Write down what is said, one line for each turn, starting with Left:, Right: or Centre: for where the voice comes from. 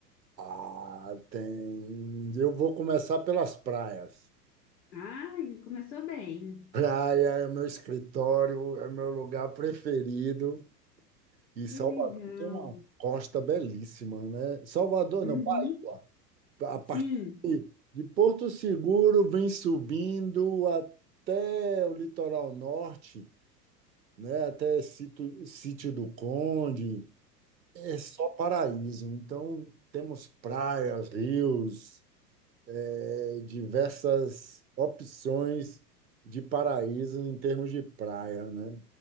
Right: Ah, tem. Eu vou começar pelas praias.
Left: Ah, começou bem.
Right: Praia é o meu escritório, é o meu lugar preferido. E Salvador
Left: Que legal.
Right: tem uma costa belíssima, né? Salvador,
Left: Uhum,
Right: não, Bahia. A partir
Left: sim.
Right: de Porto Seguro vem subindo até o litoral norte, né? Até Sítio, Sítio do Conde. é só paraíso. Então, temos praias, rios, eh, diversas opções de paraíso em termos de praia, né?